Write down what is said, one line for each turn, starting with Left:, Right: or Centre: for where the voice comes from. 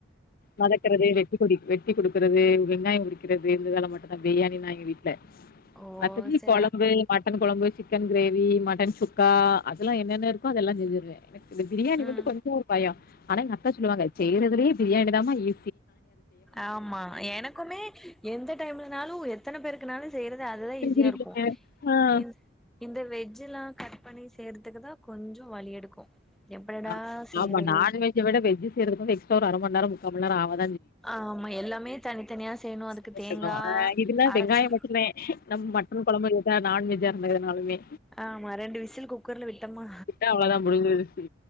Left: மதக்கரது வெட்டி கொடிப்பு ட்டி குடுக்குறது வெங்காய உரிக்கிறது இந்த வேல மட்டு தா பிரியாணினா எங்க வீட் ல
Centre: ஓ
Left: <unintelligible>
Centre: சே
Left: கொழம்பு மட்டன் கொழம்பு சிக்கன் கிரேவி மட் டன் சுக்கா அதல்லா என்னென்ன இருக்கோ அதெல்லா செஞ்சுருவே எனக் இந்த பிரியாணி
Centre: ம்
Left: மட்டு கொஞ்சொ ஒரு பயொ ஆனா எங்க அத்தா சொல்லுவாங்க செய்யறதுலயே பிரியாணி தாமா ஈ
Centre: ஆமா எனக்குமே எந்த டைம்லனாலு எத்தன பேரு க்குனாலு செய்றது அதுதா
Left: செஞ்சுருவேன்.
Centre: ஈஸியா இருக்கு
Left: ஆ.
Centre: இந் இந்த வெஜ்ஜூலா கட் பண்ணி செய்றதுக்குதா கொஞ்சொ வலி எடுக்கு எப்படா
Left: ஆ
Centre: செய்றது
Left: ஆமா நான் வெஜ்ஜ விட வெஜ்ஜு செய்றதுக்கு வந்து எக்ஸ்ட்ரா ஒரு அர மணி நேரொ முக் காமண்நேர‌ ஆவ <unintelligible> <inaudible>
Centre: ஆமா எல்லாமே தனித்தனியா
Left: <unintelligible>
Centre: செய்யணு அதுக்கு தேங்கா
Left: ஆ இதுல
Centre: அரச்சு
Left: வெங்காயம் மட்டுந்தே நம் மட்டன் கொழம்பு இதா த நான்வெஜ்ஜா இருந்தா எதுனாலுமே
Centre: ஆமா ரெண்டு விசில் குக்கர்ல விட்டோமா
Left: விட்டா அவ்ளோதா முடிஞ்சிருச்சு